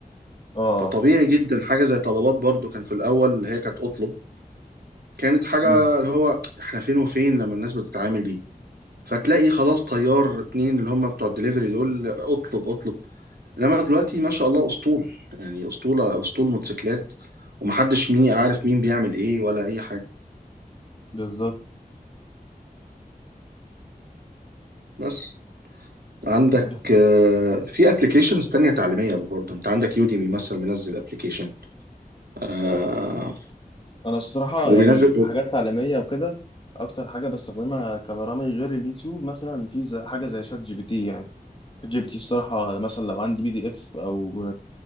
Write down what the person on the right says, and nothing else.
فطبيعي جدا حاجه زي طلبات برضو كان في الاول اللي هي كانت اطلب كانت حاجه
اللي هو احنا فين وفين لما الناس بتتعامل بيه فتلاقي خلاص طيار اتنين اللي هم بتوع الدليفري دول اطلب اطلب انما دلوقتي ما شاء الله اسطول يعني اسطوله اسطول موتوسيكلات ومحدش مين عارف مين بيعمل ايه ولا اي حاجه
بس عندك
آه، في ابلكيشنز تانية تعليمية برضو انت عندك يوديمي مثلا منزل ابلكيشن آه
وبينزل